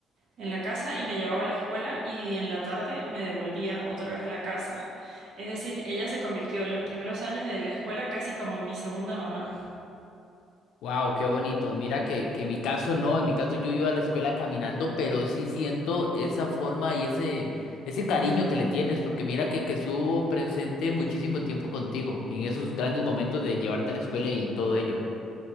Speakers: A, on the right; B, on the left.
A: en la casa y me llevaba a la escuela y en la tarde me devolvía otra vez a la casa. Es decir, ella se convirtió en los primeros años de la escuela casi como mi segunda mamá.
B: wow, qué bonito. Mira que, que en mi caso no, en mi caso yo iba a la escuela caminando, pero sí siento esa forma y ese, ese cariño que le tienes, porque mira que, que estuvo presente muchísimo tiempo contigo, y en esos grandes momentos de llevarte a la escuela y todo ello.